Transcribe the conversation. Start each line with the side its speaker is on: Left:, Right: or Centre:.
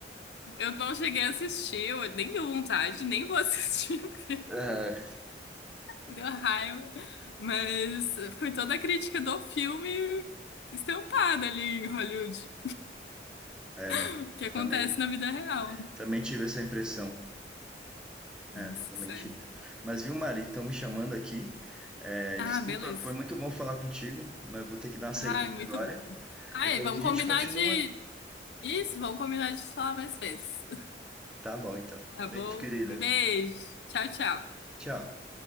Left: Eu não cheguei a assistir, eu nem deu vontade, nem vou assistir, <laughs> porque
Centre: É,
Left: me deu raiva. Mas foi toda a crítica do filme estampada ali em Hollywood,
Centre: é né?
Left: <laughs> que acontece
Centre: Também,
Left: na vida real.
Centre: também tive essa impressão.
Left: Nossa,
Centre: É, também
Left: sério.
Centre: tive. Mas viu, Mari, estão me chamando aqui. É,
Left: Ah,
Centre: desculpa,
Left: beleza.
Centre: foi muito bom falar contigo, mas vou ter que dar uma saída
Left: Ai, muito
Centre: agora.
Left: bom. Ai,
Centre: Depois
Left: vamos
Centre: a gente
Left: combinar
Centre: continua.
Left: de isso, vamos combinar de falar mais vezes.
Centre: Tá bom, então.
Left: Tá
Centre: Beijo,
Left: bom?
Centre: querida.
Left: Um beijo. Tchau, tchau.
Centre: Tchau.